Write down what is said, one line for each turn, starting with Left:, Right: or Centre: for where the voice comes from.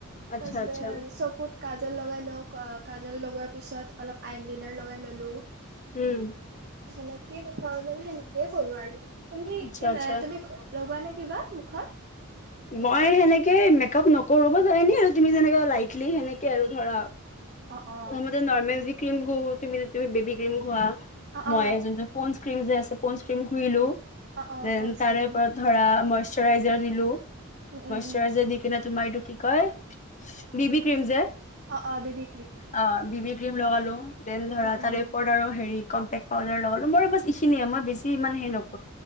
Left: আচ্ছা
Right: তাৰ পিছতে
Left: আচ্ছা
Right: চকুত কাজল লগাই লওঁ। কাজল লগোৱাৰ পিছত অলপ আইলিনাৰ লগাই ললোঁ।
Left: উম।
Right: হেনেকে <unintelligible> হেনেকে কৰোঁ আৰু। তুমি
Left: আচ্ছা
Right: কেনে,
Left: আচ্ছা
Right: তুমি লগোৱা নে কিবা? মুখত মেকআপ
Left: মই হেনেকে মেক-আপ নকৰো। মই জেনেৰলি আৰু তুমি যেনেকে লাইটলি হেনেকে আৰু ধৰা।
Right: অ অ
Left: প্ৰথমতে নৰ্মেল যি ক্ৰীম ঘহু তুমি যেনেকে তুমি বেবী ক্ৰীম ঘহাঁ।
Right: অ
Left: মই
Right: অ
Left: যোনটো পন্দ্চ স্ক্ৰিম যে আছে পন্দ্চ স্ক্ৰিম ঘহিলো
Right: অ অ
Left: দেন
Right: পঞ্চ
Left: তাৰে
Right: ক্ৰীম
Left: ওপৰত ধৰা মই চৰাইজাৰ দিলোঁ।
Right: উম উম
Left: মইশ্যৰাইজাৰ
Right: উম
Left: দি কিনে তোমাৰ এইটো কি কয়, বেবী ক্ৰিম যে।
Right: অ, অ' বেবী
Left: অ। বেবী ক্ৰীম লগালোঁ‌। দেন ধৰা
Right: উম
Left: তাৰে
Right: উম
Left: ওপৰত আৰু হেৰি কম্পেক্ট পাউাৰ লগালোঁ। মোৰ বছ এইখিনিয়ে। মই বেছি ইমান হেই নক